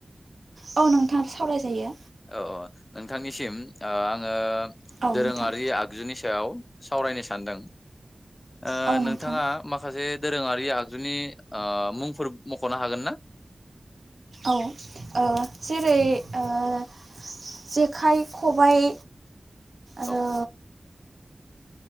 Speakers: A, on the right (about 80°); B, on the left (about 45°).
A: औ नोंथां सावरायजायो
B: औ अ नोंथांनिसिम ओ आङो
A: औ
B: दोरोङारि
A: नोंथां
B: आगजुनि सायाव। सावरायनो सानदों। ओ
A: औ नोंथां
B: नोंथाङा माखासे। दोरोङारि ओ- आगजुनि मुंफोर मख'नो हागोन ना?
A: औ ओ जेरै ओ- जेखाइ-खबायाइ। आरो
B: औ